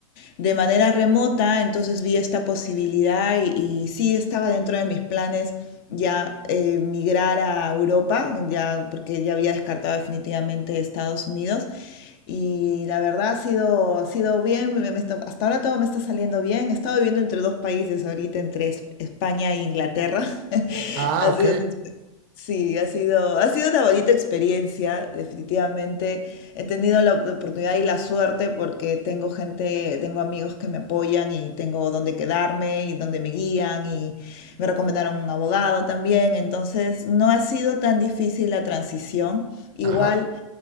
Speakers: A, on the left (about 40°); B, on the right (about 40°).
A: de manera remota, entonces vi esta posibilidad y, y sí estaba dentro de mis planes ya eh, migrar a Europa, ya, porque ya había descartado definitivamente Estados Unidos. Y la verdad ha sido, ha sido bien, me, me está- hasta ahora todo me está saliendo bien. He estado viviendo entre dos países ahorita, entre Es- España e Inglaterra. <laughs>
B: Ah,
A: Ha
B: ok.
A: sido una expe- Sí, ha sido, ha sido una bonita experiencia, definitivamente. He tenido la oportunidad y la suerte porque tengo gente, tengo amigos que me apoyan y tengo donde quedarme y donde me guían y me recomendaron un abogado también. Entonces, no ha sido tan difícil la transición. Igual,
B: Ajá,